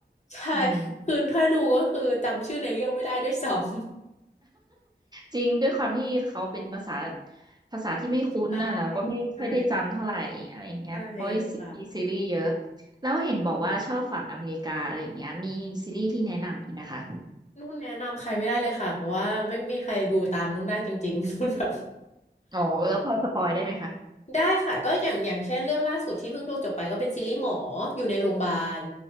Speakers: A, on the left; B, on the right.
A: ใช่
B: อืม
A: คือถ้าดูก็คือจำชื่อในเรื่องไม่ได้ด้วยซ้ำ
B: จริงด้วยความที่เขาเป็นภาษาภาษาที่ไม่คุ้นน่ะเราก็ไม่ค่อยได้จำเท่าไหร่อะไรอย่างเงี้ยเพราะมีซีรีส์เยอะ
A: ใช่ใช่ใช่ค่ะ
B: แล้วเห็นบอกว่าชอบฝั่งอเมริกาอะไรอย่างเงี้ยมีซีรีส์ที่แนะนำอีกนะคะ
A: นุ่นแนะนำใครไม่ได้เลยค่ะเพราะว่าไม่มีใครดูตามนุ่นได้จริงๆ <laughs> นุ่นแบบ
B: อ๋อแล้วพอสปอยได้ไหมคะ
A: ได้ค่ะก็อย่างอย่างเช่นเรื่องล่าสุดที่เพิ่งดูจบไปก็เป็นซีรีส์หมออยู่ในโรงพยาบาล